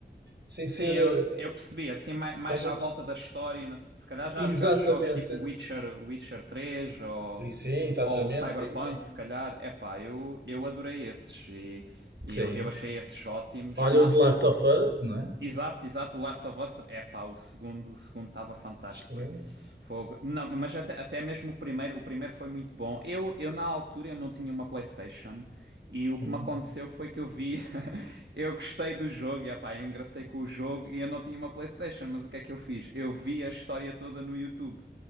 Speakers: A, on the right; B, on the right.
A: sem
B: Sim,
A: ser.
B: eu,
A: eh,
B: eu percebi, assim, mai- mais,
A: Estás
B: já
A: a
B: à
A: perceber?
B: volta da história, não se se calhar já
A: Exatamente.
B: jogaste jogos tipo Witcher, Witcher três ou,
A: E Sim, exatamente,
B: ou Cyberpunk,
A: sim, sim.
B: se calhar, epá, eu, eu adorei esses e, e
A: Sim.
B: eu, eu achei esses ótimos.
A: Olha
B: Na,
A: o The Last of Us, não é?
B: Exato, exato, o Last of Us, é pá, o segundo, o segundo estava fantástico.
A: Excelente.
B: Fogo. Não, mas até, até mesmo o primeiro, o primeiro foi muito bom. Eu, eu na altura eu não tinha uma PlayStation e o que
A: Hum.
B: me aconteceu foi que eu vi, <laughs> eu gostei do jogo, e epá, eu engracei com o jogo e eu não tinha uma PlayStation, mas o que é que eu fiz? Eu vi a história toda no YouTube,